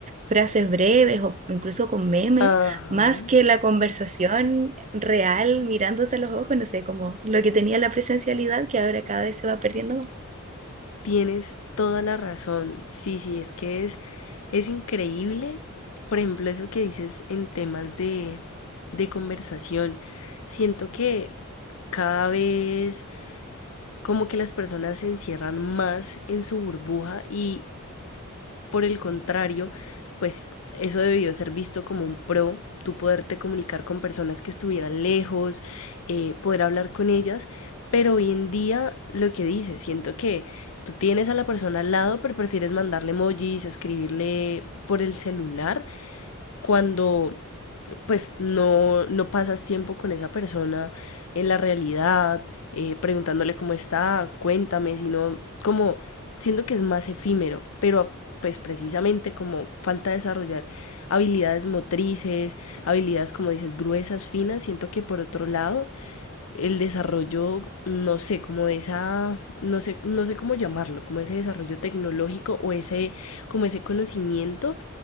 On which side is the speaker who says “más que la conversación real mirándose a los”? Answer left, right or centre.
Right